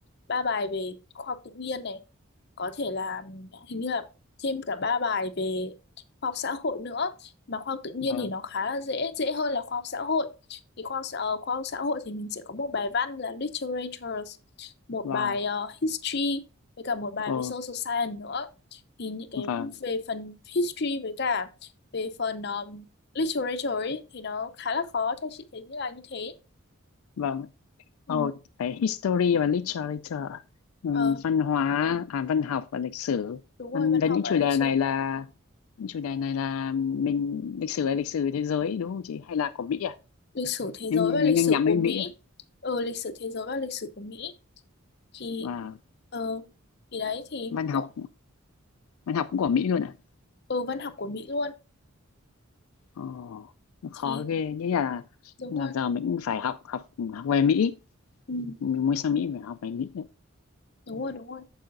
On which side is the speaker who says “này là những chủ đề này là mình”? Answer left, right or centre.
Left